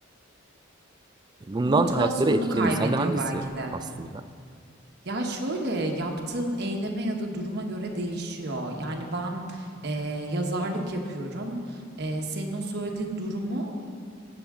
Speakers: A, on the right (about 20°); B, on the right (about 55°).
A: bundan
B: Motivasyonunu
A: hayatları etkileniyor.
B: kaybediyor
A: Sen de hangisi
B: belki de.
A: aslında?
B: Ya şöyle yaptığım eyleme ya da duruma göre değişiyor. Yani ben e, yazarlık yapıyorum. E, senin o söylediğin durumu